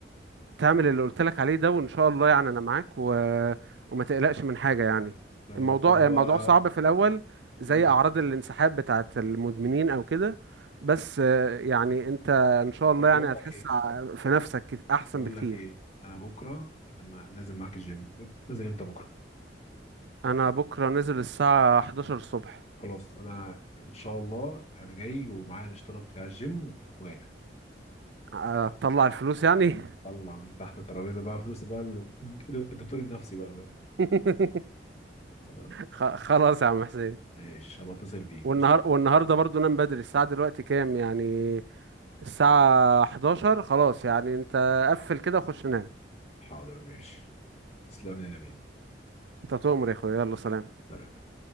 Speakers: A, on the right (about 75°); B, on the left (about 35°).
A: تعمل اللي قلت لك عليه ده وان شاء الله يعني انا معاك و... وما تقلقش من حاجة يعني
B: تمام
A: الموضوع
B: طب
A: الموضوع
B: آه،
A: صعب في الاول زي
B: مم.
A: اعراض الانسحاب بتاعت المدمنين او كده بس آه، يعني انت ان شاء الله
B: طب بقول
A: يعني هتحس
B: لك ايه
A: ع- في نفسك كت- احسن
B: بقول
A: بكتير
B: لك ايه انا بكره انا نازل معاك الجيم نازل امتى بكره
A: انا بكرة نزل الساعة 11 الصبح
B: خلاص انا ان شاء الله انا جاي ومعايا الاشتراك بتاع الجيم وجاي لك.
A: هتطلع الفلوس يعني
B: طلع من تحت الترابيزه بقى فلوس بقى ال- الدكتور النفسي بقى فاهم
A: <laughs>
B: خلاص
A: خ- خلاص يا عم حسين
B: ماشي هبقى اتصل بيك
A: والنهار
B: ماشي
A: والنهارده برضو نام بدري الساعة دلوقتي كام يعني الساعة 11 خلاص يعني انت قفل كده وخش نام
B: حاضر ماشي تسلم لي يا نبيل
A: انت تؤمر يا اخويا يلا سلام
B: سلام